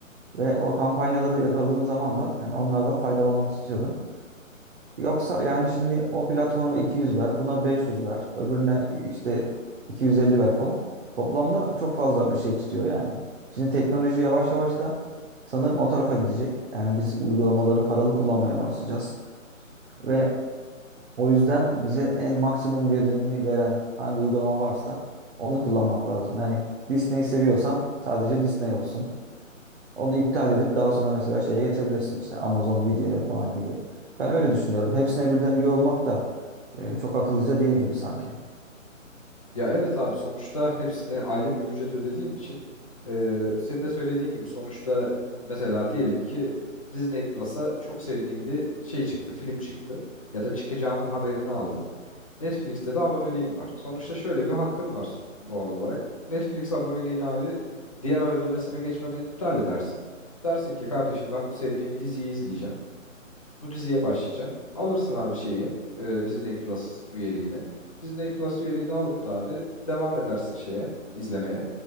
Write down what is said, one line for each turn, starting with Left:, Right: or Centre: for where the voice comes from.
Right: Ve o kampanyaları yakaladığım zaman da yani onlardan faydalanmak istiyorum. Yoksa yani şimdi o platforma 200 ver, buna 500 ver, öbürüne işte 250 ver falan. Toplamda çok fazla bir şey tutuyor yani. Şimdi teknoloji yavaş yavaş da sanırım o tarafa gidecek. Yani biz uygulamaları paralı kullanmaya başlayacağız. Ve o yüzden bize en maksimum verimi veren hangi uygulama varsa onu kullanmak lazım. Yani Disney'i seviyorsan sadece Disney olsun. Onu iptal edip daha sonra mesela şeye geçebilirsin işte Amazon Video'ya falan gibi. Ben öyle düşünüyorum. Hepsine birden üye olmak da e, çok akıllıca değil gibi sanki.
Left: Ya evet abi sonuçta hepsine aylık bir ücret ödediğin için eee senin de söylediğin gibi sonuçta mesela diyelim ki Disney Plus'a çok sevdiğin bir şey çıktı, film çıktı ya da çıkacağının haberini aldın. Netflix'te de aboneliğin var. Sonuçta şöyle bir hakkın var doğal olarak. Netflix aboneliğini abi diğer ay ödemesine geçmeden iptal edersin. Dersin ki kardeşim ben bu sevdiğim diziyi izleyeceğim. Bu diziye başlayacağım. Alırsın abi şeyi e, Disney Plus üyeliğini. Disney Plus üyeliğini alıp da abi devam edersin şeye izlemeye.